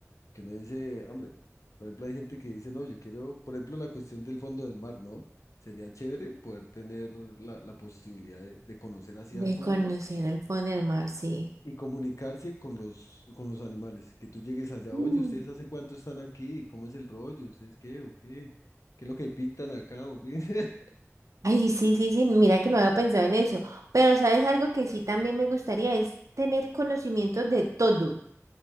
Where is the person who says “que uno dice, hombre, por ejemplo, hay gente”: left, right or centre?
Left